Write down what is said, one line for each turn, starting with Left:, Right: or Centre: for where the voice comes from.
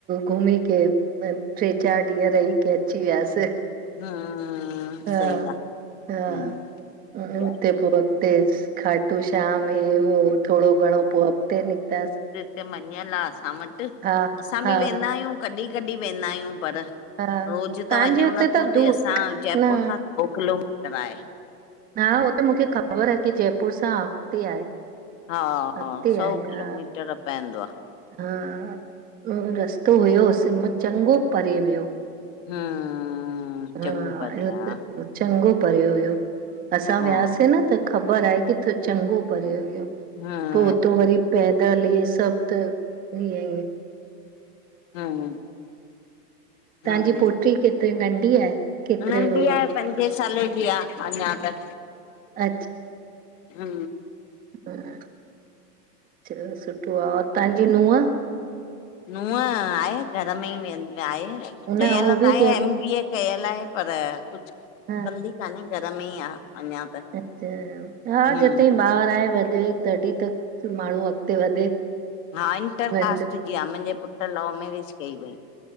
Right: घुमी के ट्रे चारि ॾींहं रही के अची वियासे।
Left: हम्म सही
Right: हा
Left: आ
Right: हा
Left: हम्म बढ़िया
Right: हुते
Left: आहे
Right: पो हुते खाटू श्याम हे हो थोरो घणो पो अॻिते निकितासीं।
Left: हुते मञियल आ असां वटि
Right: हा
Left: असां
Right: हा
Left: बि वेंदा आयूं कॾहिं कॾहिं वेंदा आयूं पर
Right: हा
Left: रोज़
Right: तव्हांजे
Left: त वञनो
Right: हुते
Left: नथो
Right: त दूर
Left: थे असां जयपुर
Right: न
Left: खां सौ किलोमीटर आहे।
Right: हा हो त मूंखे ख़बर आहे की जयपुर सां अॻिते आहे।
Left: हा
Right: अॻिते
Left: हा, सौ
Right: आया
Left: किलोमीटर पएंदो आ।
Right: हा उ रस्तो हुयो सिम चङो परे वियो।
Left: हा,
Right: हा,
Left: चङो परे
Right: इते
Left: आ
Right: चङो परिये हुयो असां
Left: हा
Right: वियासे न त ख़बर आहे की त चङो परिये हुयो।
Left: हा,
Right: पो हुतो वरी पैदल हे सभु त ईअ
Left: हम्म
Right: तव्हांजी
Left: हम्म
Right: पोटी केतरी नंढी आहे? केतिरे
Left: नंढी
Right: उहो
Left: आहे, पंजे साले जी आ अञा त।
Right: आहे
Left: हूं,
Right: हूं अच्छा सुठो आ। और तहांजी नूंह?
Left: नूंहं आहे घर में ई वेह आहे कयल
Right: न हो
Left: त
Right: बि
Left: आहे
Right: जय
Left: एम बी ए कयल आहे पर कुझु
Right: हा
Left: कंदी कान्हे घर में ई आहे अञा। त
Right: अच्छा हा
Left: हम्म
Right: जिताई ॿारि आहे वधे तॾहिं त माण्हू अॻिते वधे।
Left: हा इंटरकास्ट
Right: नंढो
Left: जी आहे मुंहिंजे पुट लव मैरेज कई वई